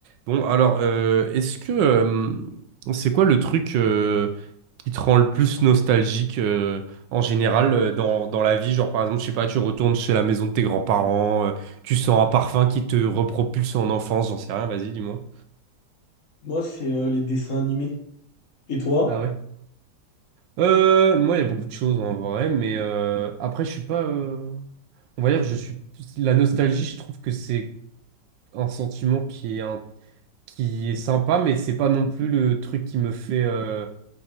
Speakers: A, on the right (about 85°); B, on the left (about 50°).
A: Bon, alors, euh, est-ce que euh, c'est quoi le truc euh, qui te rend le plus nostalgique euh, en général euh, dans, dans la vie? Genre, par exemple, je sais pas, tu retournes chez la maison de tes grands-parents, euh, tu sens un parfum qui te repropulse en enfance, j'en sais rien, vas-y, dis-moi.
B: Moi, c'est euh, les dessins animés. Et toi?
A: Ah ouais? Euh, moi, il y a beaucoup de choses en vrai, mais euh, après, je suis pas. euh, On va dire, je suis. La nostalgie, je trouve que c'est un sentiment qui est, un- qui est sympa, mais c'est pas non plus le truc qui me fait. euh,